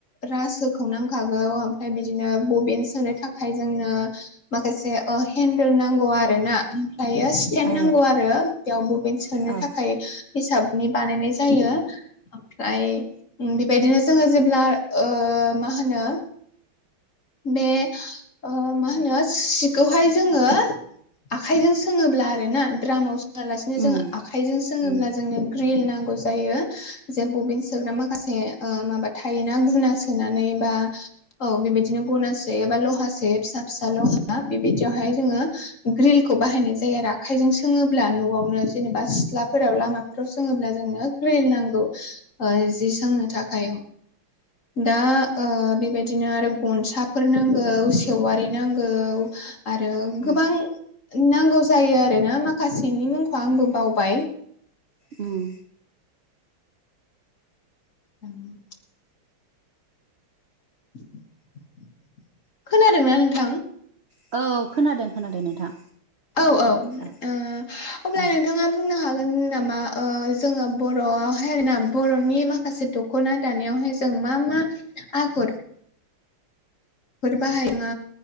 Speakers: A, on the left; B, on the right.
A: राज होखौ नांखागौ ओमफ्राय बिदिनो बबेन सोनो थाखाय जोंनो ओ माखासे हन्देल नांगौ आरोना दायो स्टेेनड
B: औ
A: नांगौ आरो बेयाव ममेन्ट सोनो
B: औ
A: थाखाय हिसाबनि बानायनाय जायो ओमफ्राय बेबायदिनो जोङो जेब्ला ओ माहोनो बे ओ मा होनो सिखौहाय जोङो आखाइजों सोङोब्ला आरो ना द्रामाव सोङा लासेनो
B: उम
A: जोङो आखाइजों सोङोब्ला
B: उम
A: जोंनो ग्रिल नांगौ जायो जे बबिन सोग्रा माखासे माबा थायोना गुना सोनानै बा औ बेबायदिनो गना सो एबा लहा सो फिसा फिसा लहा बेबायदियावहाय जोङो ग्रिलखौ बाहायनाय जायो आरो आखाइजों सोङोब्ला न'आवनो जेनेबा सिथ्लाफोराव लामाफोराव सोङोब्ला जोंनो ग्रि फिन्नांगौ ओ जि सोंनो थाखाय दा बेबादि बिदिनो आरो गनसाफोर नांगौ सेवारि नांगौ आरो
B: उम
A: गोबां। नांगौ जायो आरो ना माखासेनि मुंखौ आंबो बावबाय।
B: ओम
A: <unintelligible> <inaudible> <unintelligible> <inaudible> खोनादोंना नोंथां?
B: औ खोनादों खोनादों नोंथां
A: औ औ ओ अब्ला
B: औ औ
A: नोंथाङा बुंनो हागोन नामा ओ जोङो बर'आवहाय आरोना बर'नि माखासे दख'ना दानायाव बेवहाइ जों म मा आगर फोर बाहाया